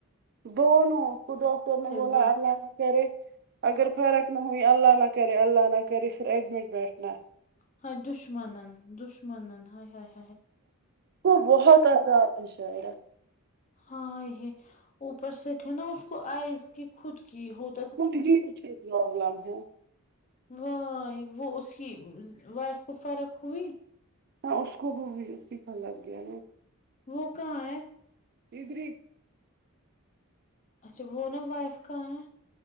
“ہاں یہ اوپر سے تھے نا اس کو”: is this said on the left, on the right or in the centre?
Left